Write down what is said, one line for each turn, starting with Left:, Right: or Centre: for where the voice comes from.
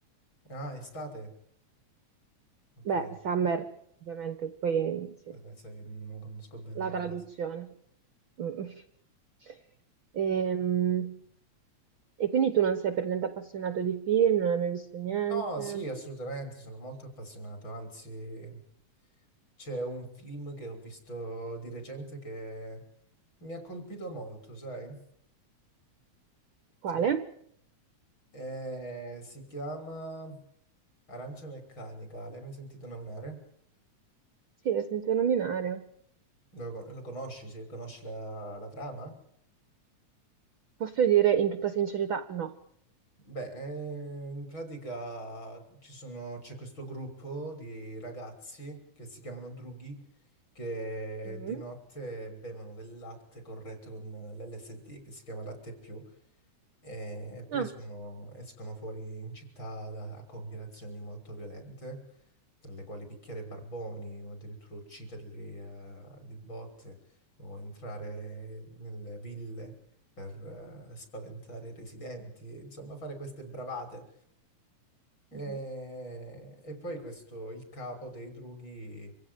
Left: Ah, Estate? Ok,
Right: Beh, Summer, ovviamente, poi sì,
Left: eh, sai, non conosco bene
Right: la
Left: l'inglese.
Right: traduzione. Mm. <laughs> Ehm, E, quindi tu non sei per niente appassionato di film, non hai mai visto niente?
Left: Oh sì, assolutamente, sono molto appassionato, anzi C'è un film che ho visto di recente che mi ha colpito molto, sai?
Right: Quale?
Left: Sì. Eh, si chiama Arancia Meccanica. L'hai mai sentito nominare?
Right: Sì, l'ho sentito nominare.
Left: Lo, con- lo conosci? Se conosci la, la trama?
Right: Posso dire in tutta sincerità no.
Left: Beh, eh, in pratica ci sono- c'è questo gruppo di ragazzi che si chiamano drughi che
Right: Mm?
Left: di notte bevono del latte corretto con l'LSD che si chiama latte più e, e poi
Right: Ah.
Left: escono, escono fuori in città da- a compiere azioni molto violente, tra le quali picchiare barboni o addirittura ucciderli eh, di botte o entrare nelle ville per eh, spaventare i residenti, e, insomma, fare queste bravate. E,
Right: Mhm.
Left: e poi questo, il capo dei drughi